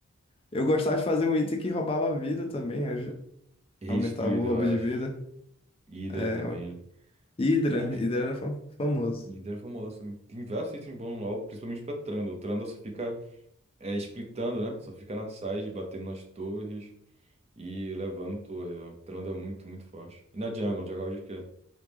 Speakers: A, on the left; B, on the right.
A: Eu gostava de fazer um item que roubava a vida também. aj-
B: Rei
A: Aumentava
B: Destruído,
A: o roubo
B: eu
A: de
B: acho.
A: vida.
B: Hydra
A: É,
B: também.
A: o- Hydra.
B: Tem.
A: Hydra era fa- famoso.
B: Líder é famoso também. Tem vários itens bons no LoL, principalmente pra Trundle. Trundle só fica é, splitando, né? Só fica na side, batendo nas torres e levando torres. velho. Trundle é muito, muito forte. E na jungle, jungle de quê?